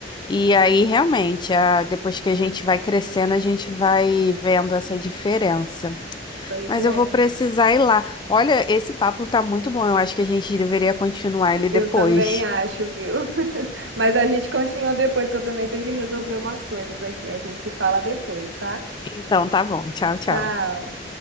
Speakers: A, on the left; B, on the right.
A: E aí, realmente, a- depois que a gente vai crescendo, a gente vai vendo essa diferença.
B: Pois
A: Mas
B: é,
A: eu vou precisar ir lá. Olha, esse papo tá muito bom. Eu acho que a gente deveria continuar ele depois.
B: eu também acho, viu? <laughs> Mas a gente continua depois, que eu também tenho que resolver umas coisas aqui. A gente se fala depois, tá?
A: Então, tá bom. Tchau, tchau.
B: Tchau.